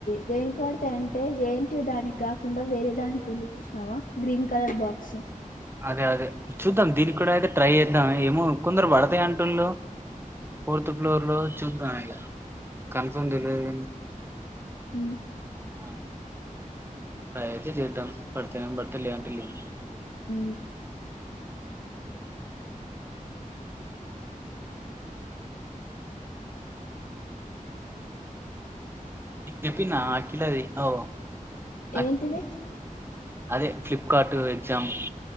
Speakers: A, on the left; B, on the right.
A: దేనికి వడుతయంటే జే ఎన్ టి యు దాని గాకుండ వేరే దానికి ఉంది శ్నవా గ్రీన్ కలర్ బాక్స్
B: అదే అదే చూద్దాం దీని కూడా అయితే ట్రై ఏద్దాం ఏమో కొందరు వడతయ్ అంటుళ్ళు ఫోర్త్ ఫ్లోర్ లో చూద్దాం ఇగ కన్ఫర్మ్ దెల్వది
A: ఉ
B: అ ట్రై అయితే జేద్దం పడుతెనేమో పడుతద్ లే అంటే లిన్
A: ఊ
B: నీక్ చెప్పిన్నా ఆ కిలది ఓ అక్-
A: ఏంటిది
B: అదే ఫ్లిప్కార్ట్ ఎగ్జామ్